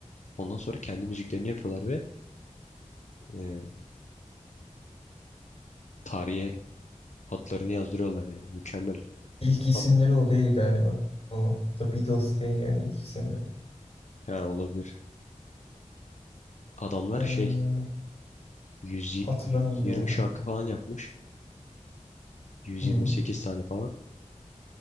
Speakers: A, on the left; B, on the left.
A: Ondan sonra kendi müziklerini yapıyorlar ve ee, tarihe adlarını yazdırıyorlar yani. Mükemmel.
B: İlk isimleri
A: Adam
B: o değil galiba. Ama The Beatles değil yani ilk isimleri.
A: Ha, olabilir. Adamlar
B: Ee,
A: şey 100,
B: hatırlamıyorum
A: 120
B: ne olduğunu.
A: şarkı falan yapmış. 128
B: Hı.
A: tane falan.